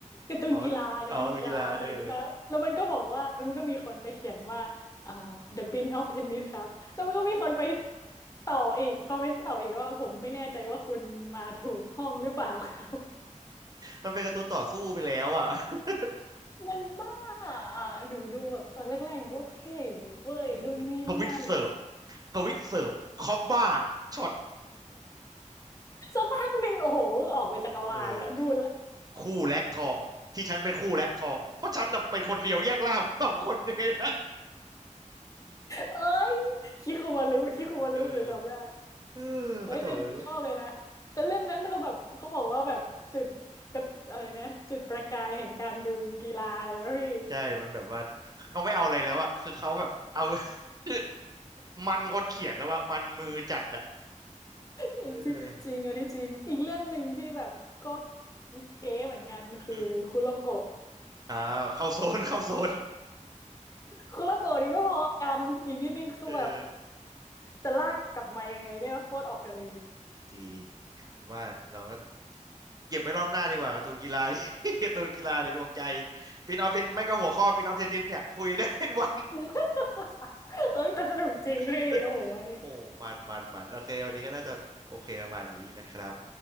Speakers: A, on the left; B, on the right.
A: การ์ตูนกีฬาการ์ตูนกีฬาหน่อยครับแล้วมันก็บอกว่ามันก็มีคนไปเขียนว่าอ่า
B: อ๋ออ๋อดูกีฬาเอออืม <laughs>
A: The Prince of Tennis ครับแล้วมันก็มีคนไปต่ออีกคอมเมนต์ต่ออีกว่าผมไม่แน่ใจว่าคุณมาถูกห้องหรือเปล่าครับ
B: มันเป็นการ์ตูนต่อสู้ไปแล้วอ่ะ <laughs>
A: <laughs> มันบ้าอ่ะหนูดูแบบตอนแรกๆมันก็เท่หนูเว้ยนู่นนี่นั่นเลย
B: เออทวิตเสิร์ฟทวิตเสิร์ฟคอปบ้าช็อต
A: สักพักหนึ่งโอ้โหออกไปจักรวาลแล้วดูแล
B: เออคู่แลกทองที่ฉันเป็นคู่แลกทองน่ะเพราะฉันน่ะเป็นคนเดียวแยกล่าง <laughs> สองคนยังไง <laughs>
A: เอ้ยคิคุมารุคิคุมารุหนูจำได้
B: เออเออปะโถเอ้ย
A: เอ้ย แต่หนูชอบเลยนะ แต่เรื่องนั้นเขาแบบเขาบอกว่าแบบจุดกระอะไรนะจุดประกายแห่งการดูกีฬาเลยนะพี่
B: ใช่ มันแบบว่าเขาไม่เอาอะไรแล้วอะ คือเขาแบบเอา <laughs> คือมันคนเขียนแล้วอะมันมือจัดอะ
A: จริงจริงอันนี้จริงอีกเรื่องหนึ่งที่แบบก็
B: เออ
A: เก๋เหมือนกันคือคุโรโกะ
B: อืมอ่าเข้าโซนเข้าโซน
A: คุโรโกะนี่ก็พอกันอีกนิดนึงคือแบบ
B: เออ
A: จะลากกลับมายังไงเนี่ยโคตรออกทะเล
B: จริงผมว่าเราก็เก็บไว้รอบหน้าดีกว่าการ์ตูนกีฬา <laughs> ที่ <laughs> การ์ตูนกีฬาในดวงใจปินออฟไม่ก็หัวข้อปินออฟเทนนิสเนี่ยคุยได้เป็นวัน
A: <laughs> เอ้ยแต่สนุกจริงพี่โอ้โหอันนี้
B: <laughs> โอ้มันมันมันโอเควันนี้ก็น่าจะโอเคประมาณนี้นะครับ